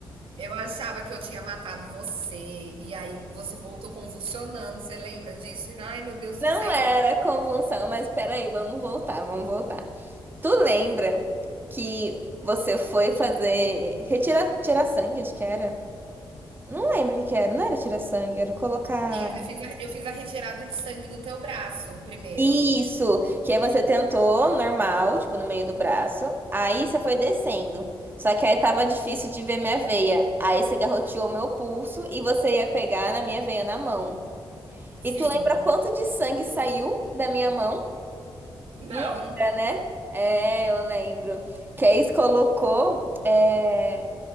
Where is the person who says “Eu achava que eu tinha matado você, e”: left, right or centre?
Right